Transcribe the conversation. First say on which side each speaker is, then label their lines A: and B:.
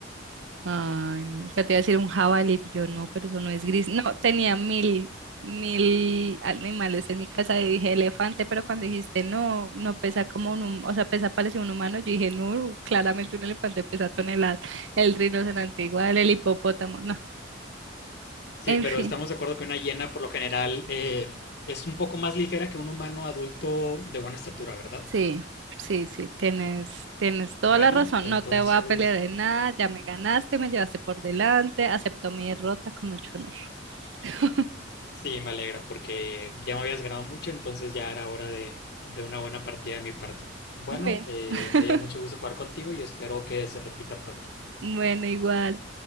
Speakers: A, on the right; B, on the left.
A: Ay, no. Ya te iba a decir un jabalí, pero yo no, pero eso no es gris. No, tenía mil, mil animales en mi casa y dije elefante, pero cuando dijiste no, no pesa como un, hum- o sea, pesa parecido a un humano, yo dije no, claramente un elefante pesa toneladas. El rinoceronte igual, el hipopótamo, no.
B: Sí,
A: En
B: pero
A: fin.
B: estamos de acuerdo que una hiena por lo general eh, es un poco más ligera que un humano adulto de buena estatura, ¿verdad?
A: Sí, sí, sí, tienes, tienes toda
B: Bueno,
A: la razón.
B: entonces
A: No te voy a pelear en nada, ya me ganaste, me llevaste por delante, acepto mi derrota con mucho honor. <laughs>
B: sí, me alegra porque ya me habías ganado mucho, entonces ya era hora de, de una buena partida de mi parte. Bueno,
A: Bueno,
B: eh,
A: <laughs>
B: me dio mucho gusto jugar contigo y espero que se repita pronto.
A: bueno, igual.